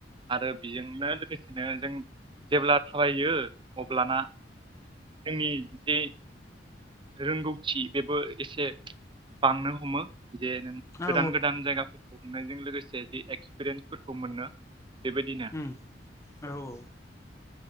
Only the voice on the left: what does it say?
औ
ओम औ-औ